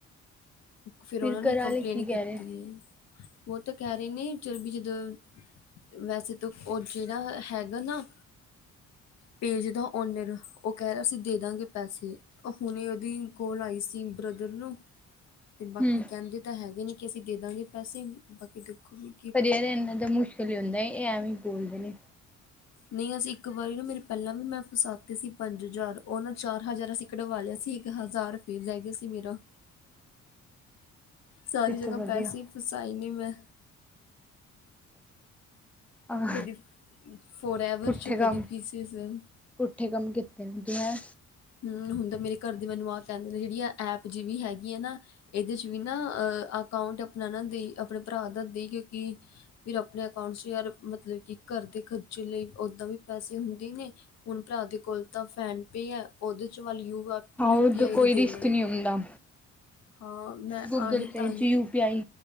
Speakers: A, on the left; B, in the centre.
A: ਫੇਰ
B: ਫਿਰ
A: ਉਹਨਾਂ ਨੇ
B: ਘਰ
A: ਕੰਪਲੇਂਟ
B: ਆਲੇ ਕੀ ਕਹਿ
A: ਕੀਤੀ
B: ਰਹੇ
A: ਐ। ਉਹ ਤਾਂ ਕਹਿ ਰਹੇ ਨੇ ਚੱਲ ਵੀ ਜਦੋਂ ਵੈਸੇ ਤਾਂ ਉਹ ਜਿਹੜਾ, ਹੈਗਾ ਨਾ। ਪੇਜ ਦਾ ਓਨਰ ਉਹ ਕਹਿ ਰਿਹਾ ਅਸੀਂ ਦੇ ਦਾਂਗੇ ਪੈਸੇ। ਹੁਣੇ ਉਹਦੀ ਕੋਲ ਆਈ ਸੀ ਬ੍ਰਦਰ ਨੂੰ ਤੇ ਬਾਕੀ
B: ਹੂੰ
A: ਕਹਿੰਦੇ ਤਾਂ ਹੈਗੇ ਨੇ ਕਿ ਅਸੀਂ ਦੇ ਦਾਂਗੇ ਪੈਸੇ ਬਾਕੀ ਦੇਖੋ ਹੁਣ।
B: ਪਰ ਯਾਰ ਇਹਨਾਂ ਦਾ ਮੁਸ਼ਕਿਲ ਹੀ ਹੁੰਦਾ ਹੈ। ਇਹ ਐਵੇਂ ਬੋਲਦੇ ਨੇ।
A: ਨਹੀਂ ਅਸੀਂ ਇੱਕ ਵਾਰੀ ਨਾ ਮੇਰੇ ਪਹਿਲਾਂ ਵੀ ਮੈਂ ਫਸਾਤੇ ਸੀ। ਪੰਜ ਹਜ਼ਾਰ ਉਹ ਨਾ ਚਾਰ ਹਜ਼ਾਰ ਅਸੀਂ ਕਡਵਾ ਲਿਆ ਸੀ। ਇੱਕ ਹਜ਼ਾਰ ਫਿਰ ਰਹਿ ਗਿਆ ਸੀ ਮੇਰਾ। ਸਾਰੀ
B: ਇਸ
A: ਜਗ੍ਹਾ
B: ਤੋਂ ਵਧੀਆ
A: ਪੈਸੇ ਫਸਾਈ ਨੇ ਮੈਂ।
B: ਆਹ
A: ਕਦੀ ਫੋਰ ਐਵਰ
B: ਪੁੱਠੇ
A: ਚ,
B: ਕੰਮ
A: ਕਦੀ ਕਿਸੇ ਚ।
B: ਪੁੱਠੇ ਕੰਮ ਕੀਤੇ ਨੇ, ਜਿਵੇ।
A: ਹਮ, ਹੁਣ ਤਾਂ ਮੇਰੇ ਘਰ ਦੀ ਮੈਨੂੰ ਆਹ ਕਹਿੰਦੀ ਜਿਹੜੀ ਆ ਐਪ ਜਿਹੀ ਵੀ ਹੈਗੀ ਆ ਨਾ। ਇਹਦੇ ਚ ਵੀ ਨਾ ਅਹ, ਅਕਾਊਂਟ ਆਪਣਾ ਨਾ ਦੇ ਆਪਣੇ ਭਰਾ ਦਾ ਦੇ। ਕਿਉਂਕਿ ਫਿਰ ਆਪਣੇ ਅਕਾਊਂਟ ਚ' ਯਾਰ ਮਤਲਬ ਕਿ ਘਰ ਦੇ ਖ਼ਰਚੇ ਲਈ ਓਦਾਂ ਵੀ ਪੈਸੇ ਹੁੰਦੇ ਨੇ। ਹੁਣ ਭਰਾ ਦੇ ਕੋਲ ਤਾਂ ਫੋਨ ਪੇ ਹੈ। ਉਹਦੇ ਚ ਵੱਲ ਯੂ
B: ਹਾਂ
A: ਯੂ
B: ਉਧਰ
A: ਪੀ ਆਈ
B: ਕੋਈ
A: ਦੀ
B: ਰਿਸਕ
A: ਦੇਵਾਂਗੇ।
B: ਨਹੀਂ ਹੁੰਦਾ
A: ਹਾਂ। ਮੈਂ
B: ਗੂਗਲ
A: ਆਹੀ
B: ਪੇ
A: ਤਾਂਹੀ
B: ਚ ਯੂਪੀਆਈ,